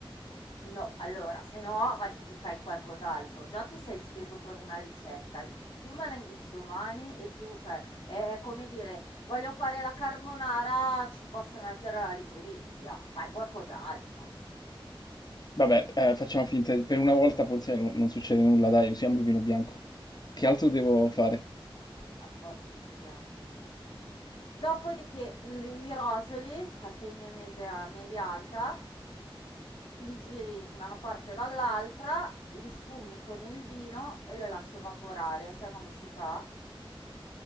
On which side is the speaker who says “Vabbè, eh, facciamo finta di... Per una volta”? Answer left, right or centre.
Left